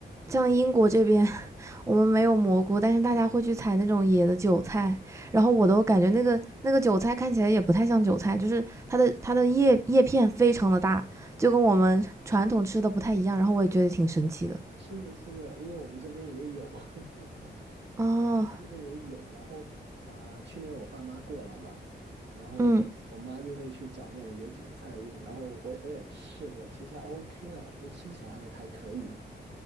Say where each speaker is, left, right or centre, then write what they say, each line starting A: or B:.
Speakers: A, on the right; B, on the right.
A: 像英国这边，<laughs> 我们没有蘑菇，但是大家会去采那种野的韭菜，然后我都感觉那个那个韭菜看起来也不太像韭菜，就是它的它的叶叶片非常的大，就跟我们传统吃的不太一样。
B: 很快，
A: 然后我也觉得挺神奇的。
B: 是的，是的，因为我们这边也有。<laughs>
A: 哦，
B: 这边也有，然后啊、呃去年我爸妈过来嘛，然后我妈就会去找那种野韭菜印，
A: 嗯，
B: 然后我我也试过，其实还 OK 啦，就吃起来还还可以，